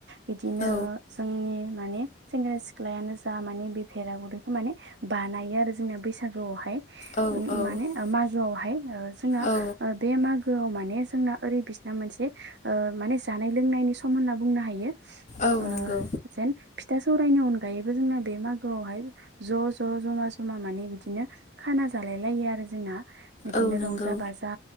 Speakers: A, on the right; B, on the left.
A: बिदिनो
B: औ
A: जोंनि माने सेंग्रा सिख्लायानो जा माने बे भेलागुरखौ माने बानायो आरो जोंनि बैसागु आवहाय
B: औ औ
A: माने मागोआवहाय जोङो आव
B: औ
A: माने जोंना ओरै बिसिना मोनसे माने जानाय लोंनायनि सम होन्ना बुंनो हायो।
B: औ
A: ओ
B: नंगौ
A: जेन फिथा सौराइनि अनगा गायैबो जोंना बे मागोआवहाय ज' ज' जमा जमा माने बिदिनो खाना जालाय लायो आरो जोंना बिदिनो
B: औ नंगौ
A: रंजा बाजा